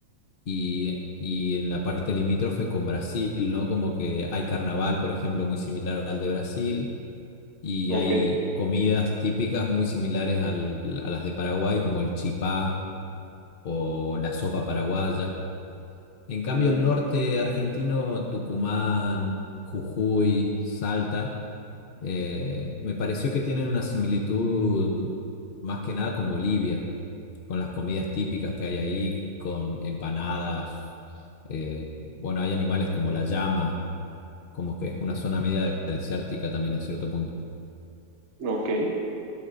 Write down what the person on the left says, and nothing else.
y, y en la parte limítrofe con Brasil, ¿no? Como que hay carnaval, por ejemplo, muy similar al de Brasil, y
hay comidas típicas muy similares al- a las de Paraguay, como el chipá o la sopa paraguaya. En cambio,
el norte argentino, Tucumán, Jujuy, Salta, eh, me pareció que tienen una similitud más que nada con Bolivia con las comidas típicas que hay ahí, con empanadas. eh, bueno, hay animales como la llama, como que es una zona media desértica también en cierto punto.